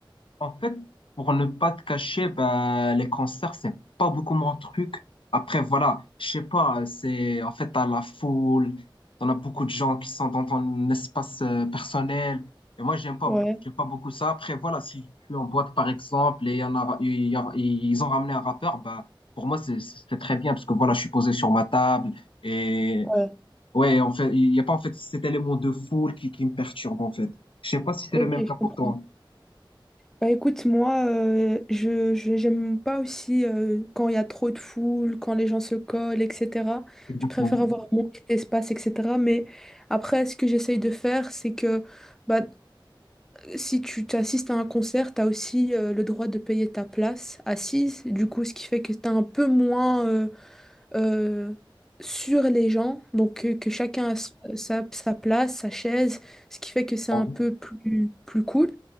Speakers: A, on the left; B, in the centre.
A: En fait, pour ne pas te cacher, bah, les concerts, c'est pas beaucoup mon truc. Après, voilà, je sais pas, c'est, en fait, t'as la foule, t'en as beaucoup de gens qui sont dans ton espace euh, personnel. Et moi, j'aime pas,
B: Ouais,
A: j'aime pas beaucoup ça. Après, voilà, si je suis en boîte, par exemple, et y en a, il y a- ils ont ramené un rappeur, bah, pour moi, c'est c'est très bien, parce que voilà, je suis posé sur ma table. Et
B: ouais.
A: ouais, en fait, il y a pas, en fait, cet élément de foule qui, qui me perturbe, en fait. Je sais pas si c'est
B: Ok,
A: le même
B: je
A: cas pour
B: comprends.
A: toi.
B: Bah écoute, moi, euh, je, je- j'aime pas aussi euh, quand il y a trop de foule, quand les gens se collent, etc.
A: Exactement.
B: Je préfère avoir mon petit espace, etc. Mais après, ce que j'essaye de faire, c'est que... bah, Si tu t'assistes à un concert, tu as aussi euh, le droit de payer ta place assise, du coup, ce qui fait que tu es un peu moins euh, euh, sur les gens, donc que, que chacun a s- sa, sa place, sa chaise, ce qui fait que c'est
A: Ouais.
B: un peu plus, plus cool.